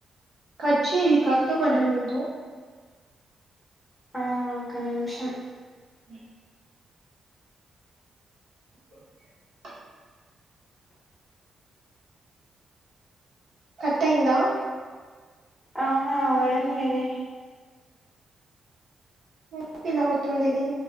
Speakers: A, on the right; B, on the left.
A: కట్ చేయ్ ఇది కట్టవడం లేదు
B: ఆ ఒక్క నిమిషం
A: అ ఆ కట్టయిందా
B: ఆహా అవ్వడం లేదే
A: ఎందుకిలా అవుతుంది ఇది